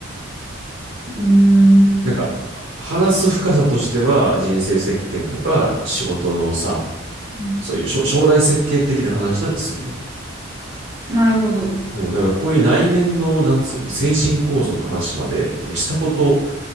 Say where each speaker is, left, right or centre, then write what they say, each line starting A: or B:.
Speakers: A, on the right; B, on the right.
A: うーん、
B: なんか、話す深さとしては、人生設計とか、仕事のさ、
A: うん
B: そういう将将来設計的な話ならするよ。
A: なるほど。
B: うん、だからこういう内面の、なんつうの、精神構造の話まで、俺したこと、